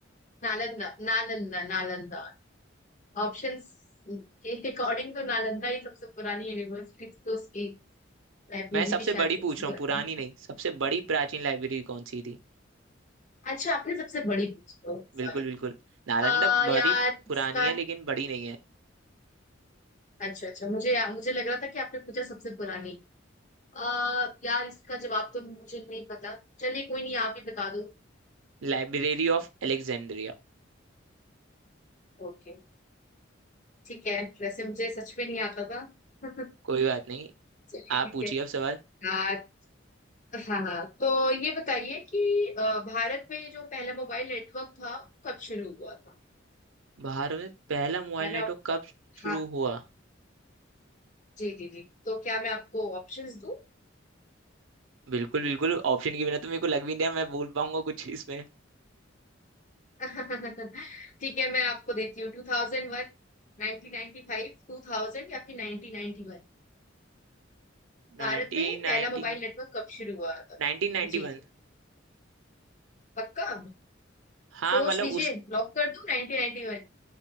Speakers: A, on the left; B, on the right.
A: नालंदा नालंदा नालंदा ऑप्शंस के अकॉर्डिंग तो नालंदा ही सबसे पुरानी यूनिवर्सिटी थी तो उसकी लाइब्रेरी
B: मैं सबसे
A: भी शायद
B: बड़ी
A: सबसे
B: पूछ रहा
A: पुरानी
B: हूँ पुरानी
A: है।
B: नहीं सबसे बड़ी प्राचीन लाइब्रेरी कौन सी थी
A: अच्छा आपने सबसे बड़ी पूछी हो सॉरी
B: बिल्कुल बिल्कुल नालंदा
A: आ
B: भरी
A: यार
B: पुरानी
A: इसका
B: है लेकिन बड़ी नहीं है
A: अच्छा अच्छा मुझे या, मुझे लग रहा था कि आपने पूछा सबसे पुरानी आ यार इसका जवाब तो मुझे नहीं पता चलिए कोई नहीं आप ही बता दो
B: Library of Alexandria
A: ओके ठीक है वैसे मुझे सच में नहीं आता था <laughs>
B: कोई बात नहीं
A: चलिए ठीक
B: आप पूछिए
A: है
B: अब सवाल
A: आ, हाँ हाँ। तो ये बताइए कि अ, भारत में जो पहला मोबाइल नेटवर्क था कब शुरू हुआ था
B: भारत में पहला मोबाइल
A: क्या
B: नेटवर्क
A: मैं आप...
B: कब शुरू
A: हाँ
B: हुआ
A: जी जी जी तो क्या मैं आपको ऑप्शंस दूं
B: बिल्कुल बिल्कुल ऑप्शन के बिना तो मेरे को लग भी नहीं रहा मैं बोल पाऊंगा कुछ इसमें
A: <laughs> ठीक है मैं आपको देती हूँ टू थाउजेंड वन नाइनटीन नाइनटी फाइव टू थाउजेंड या फिर नाइनटीन नाइनटी वन
B: 1990
A: भारत में पहला मोबाइल नेटवर्क कब शुरू हुआ था
B: 1991
A: जी जी पक्का
B: हाँ
A: सोच
B: मतलब
A: लीजिए
B: उस
A: लॉक कर दूं नाइनटीन नाइनटी वन